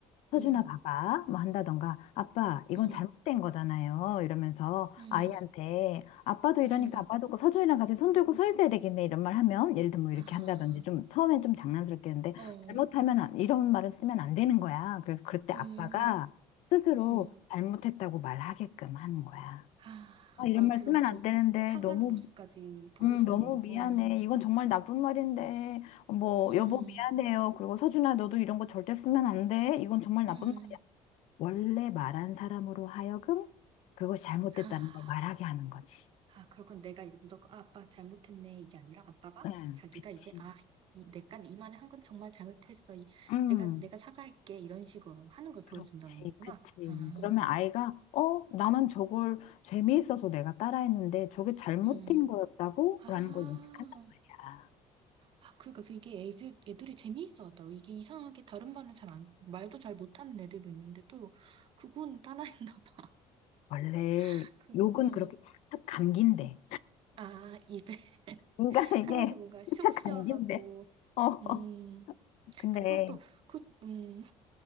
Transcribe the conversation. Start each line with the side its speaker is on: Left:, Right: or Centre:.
Left: 서준아,
Right: 응,
Left: 봐봐. 뭐 한다던가, 아빠, 이건
Right: 응,
Left: 잘못된 거잖아요. 이러면서
Right: 응.
Left: 아이한테, 아빠도 이러니까
Right: 음.
Left: 아빠도 그 서준이랑 같이 손 들고 서 있어야 되겠네. 이런 말 하면, 예를 들면 뭐 이렇게
Right: 아,
Left: 한다든지, 좀, 처음엔 좀 장난스럽게 했는데,
Right: 어,
Left: 잘못하면, 안- 이런 말을 쓰면 안 되는 거야. 그래서 그때
Right: 음,
Left: 아빠가 스스로
Right: 음.
Left: 잘못했다고 말하게끔 하는 거야.
Right: 아,
Left: 아,
Right: 아빠가
Left: 이런 말
Right: 그럼
Left: 쓰면 안
Right: 또
Left: 되는데,
Right: 사과의
Left: 너무
Right: 모습까지 보여주는구나.
Left: 음, 너무 미안해.
Right: 어,
Left: 이건 정말 나쁜 말인데, 뭐,
Right: 음,
Left: 여보 미안해요. 그리고 서준아, 너도 이런 거 절대 쓰면 안 돼. 이건 정말 나쁜
Right: 음.
Left: 말이야. 원래 말한 사람으로 하여금 그것이 잘못됐다는
Right: 아,
Left: 걸 말하게 하는 거지.
Right: 아, 그렇군. 내가 이제 무조건, 아, 아빠 잘못했네. 이게 아니라 아빠가
Left: 응,
Right: 자기가
Left: 그치.
Right: 이제, 아, 이, 내가 이 말을 한 건 정말 잘못했어. 이,
Left: 음,
Right: 내가, 내가 사과할게. 이런 식으로 하는 걸
Left: 그렇지,
Right: 보여준다는 거구나.
Left: 그치.
Right: 아,
Left: 그러면 아이가, 어, 나는 저걸 재미있어서 내가 따라했는데 저게 잘못된
Right: 음.
Left: 거였다고?
Right: 아,
Left: 라는 걸 인식한단 말이야.
Right: 아, 그러니까 그게 애들, 애들이 재미있어 하더라고. 이게 이상하게 다른 말은 잘 안, 말도 잘 못하는 애들도 있는데도 그건 하나였나 봐.
Left: 원래
Right: <laughs> 그,
Left: 욕은
Right: 어.
Left: 그렇게 착착 감긴대.
Right: 아, 입에 <laughs>
Left: 인간에 이게
Right: 하면서 뭔가
Left: <laughs>
Right: 속
Left: 살짝
Right: 시원하고,
Left: 감기인데. 어, 어.
Right: 음,
Left: 근데
Right: 그것도, 그, 음,